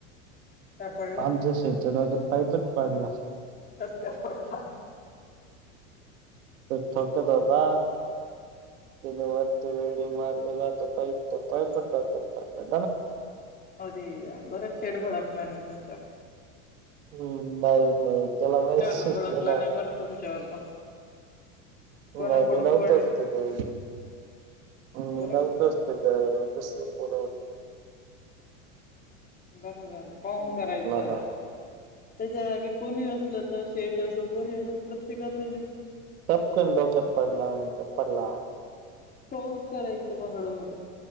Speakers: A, on the left (about 20°); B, on the right (about 80°).
A: काय पडला?
B: आमचा शेठच्या डोक्यात पाईपच पडला.
A: कस काय पडला?
B: तो ठोकत होता तने वरती वेल्डिंग मारलेला. तो पाईप तो पाईप डोक्यात पडला.
A: अरे यार बर शेट भडकला नाही तुमच्यावर.
B: हम्म नाही नाही त्याला माहित
A: ते म्हंटल भडकला
B: त्याला
A: नाही बरं तुमच्यावर तो. कोणाकडून
B: नाही मी नव्हतोच
A: पडला?
B: तिथे. मी
A: बरं
B: नव्हतोच तिथे, मी दुसरीकडे होतो.
A: बरं झालं पाहून करायचं,
B: हा
A: त्याच्या जागी कोणी असलं तर शेट तस कोणी असो प्रत्येकाच जीव
B: टपकन डोक्यात पडला म्हणून तो पडला.
A: पाहुन करायचं बा हळूहळू.